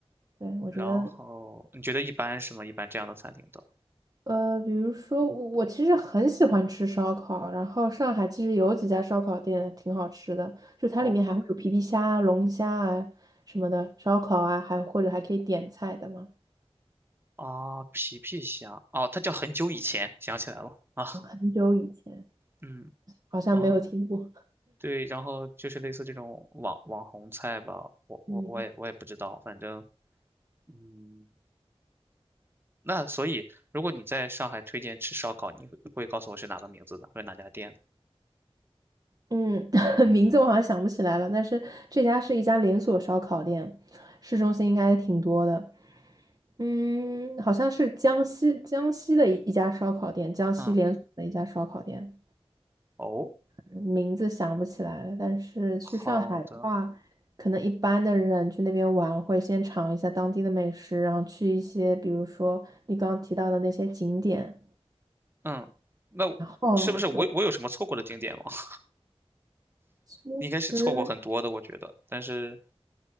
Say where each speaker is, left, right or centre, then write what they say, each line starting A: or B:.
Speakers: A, on the right; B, on the right.
A: 对我觉得
B: 然后你觉得一般是吗？一般这样的餐厅都
A: 呃，比如说我我其实很喜欢吃烧烤，然后上海其实有几家烧烤店挺好吃的，就它里面还会有皮皮虾啊龙虾啊什么的烧烤啊，
B: 哦
A: 还或者还可以点菜的嘛。
B: 啊，皮皮虾哦，它叫很久以前，想起来了啊，
A: 很久以前
B: 嗯
A: 好像没有听过，
B: 啊，对，然后就是类似这种网网红菜吧，我我我也我也不知道，
A: 嗯，
B: 反正嗯，那所以如果你在上海推荐吃烧烤，你会会告诉我是哪个名字呢，或者哪家店呢？
A: 嗯，<laughs> 名字我好像想不起来了，但是这家是一家连锁烧烤店，市中心应该也挺多的。嗯，好像是江西江西的一一家烧烤店，江西连锁的一家烧烤店。
B: 嗯，哦，
A: 名字想不起来了，但是去上海的话，
B: 好的。
A: 可能一般的人去那边玩会先尝一下当地的美食，然后去一些比如说你刚刚提到的那些景点。
B: 嗯，那
A: 哦，
B: 是不是我我有什么错过的景点吗？
A: 对，
B: <laughs>
A: 其
B: 应该是错过很多的，
A: 实
B: 我觉得。但是